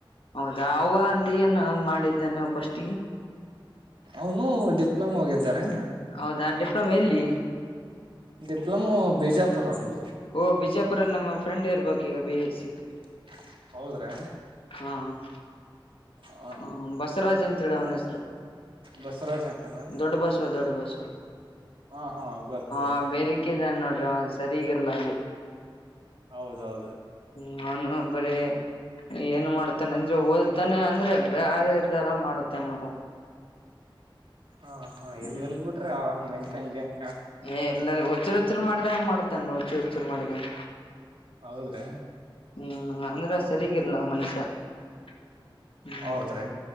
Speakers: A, on the left; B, on the right.
A: ಹೌದಾ ಅವ ಅಂದ ಏನು ಮಾಡಿದ್ದಾನೆ ಫಸ್ಟಿ
B: ಅವನು ಡಿಪ್ಲೊಮಾ ಓದಿದರೆ-
A: ಹೌದಾ ಡಿಪ್ಲೊಮೆ ಎಲ್ಲಿ
B: ಡಿಪ್ಲೊಮೋ ಬಿಜಾಪುರ್ ರೌಂಡ
A: ಓ ಬಿಜಾಪುರ ನಮ್ಮ ಫ್ರೆಂಡ್ ಇರ್ಬೇಕು ಈಗ ಬಿ ಎಸ್ ಸಿ
B: <unintelligible> ಹೌದ್ರ್ಯಾ
A: ಹ್ಮ ಊ
B: ಹ
A: ಹ್ಮ ಬಸವರಾಜ್ ಅಂತೇಳಿ ಅವನ ಹೆಸರು.
B: ಬಸುರಾಜ್ ಅಂತನಾ
A: ದೊಡ್ಡ್ ಬಸುವ ದೊಡ್ಡ ಬಸುವ
B: ಹಾ ಹಾ ಗೊತ್ತ್ ಗೊತ್ತು
A: ಹ ಬೇರಕಿದಾನ್ ನೋಡ್ರಿ ಅವಾ ಸರಿಗಲ್ಲ ಅಲ್ಲಿ.
B: ಹೌದ್ ಹೌದ್ರಿ
A: ನಾನು ಬರೀ ಏನ್ ಮಾಡ್ತಾನೆ ಅಂದ್ರೆ ಓದತೆನಿ ಅಂದ್ರೆ <unintelligible> ಆ ಈ ತರ ಮಾಡುತ್ತೆನೆ ನೀವು
B: ಹ ಹಾ
A: ಹ್ಮ್
B: ಎಲ್ಲೆಲ್ಲಿ ಬಿಟ್ರಿ ಅವಂಗ್ ಮೈನ್ಸ್ ಹಂಗೆಂಗ
A: ಏ ಇಲ್ಲರಿ ಹುಚ್ಚರ್ ಹುಚ್ಚರ್ ಮಾಡ್ದಂಗ ಮಾಡ್ತನ್ ಹುಚ್ಚ್ ಹಚ್ಚರ ಮಾಡ್ದಂಗ
B: ಹೌದ್ರ್ಯಾ.
A: ಹ್ಮ್ ಅಂದ್ರೆ ಸರಿಗಿರ್ಲ್ಲಾ ಮನುಷ್ಯ. <inaudible> ಹ್ಮ್
B: ಹೌದ್ರಿ